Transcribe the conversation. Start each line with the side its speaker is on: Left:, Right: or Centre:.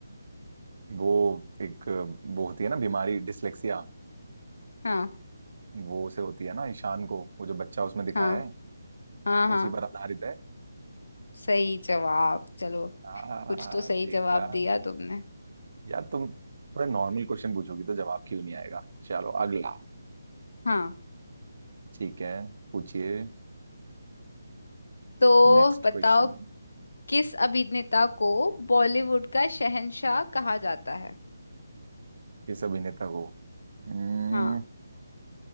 Right: वो एक अ, वो होती है ना बीमारी डिसलेक्सिया
Left: हाँ
Right: वो से होती है ना ईशान को वो जो बच्चा उसमें दिखाया
Left: हाँ
Right: है
Left: हाँ हाँ
Right: उसी पर आधारित है
Left: सही जवाब चलो
Right: आ,
Left: कुछ तो सही
Right: देखा
Left: जवाब दिया तुमने
Right: यार तुम थोड़े नॉर्मल क्वेश्चन पूछोगी तो जवाब क्यों नहीं आएगा चलो अगला
Left: हाँ
Right: ठीक है पूछिए
Left: तो
Right: Next
Left: बताओ
Right: question
Left: किस अभिनेता को बॉलीवुड का शहंशाह कहा जाता है
Right: किस अभिनेता को हम्म,
Left: हाँ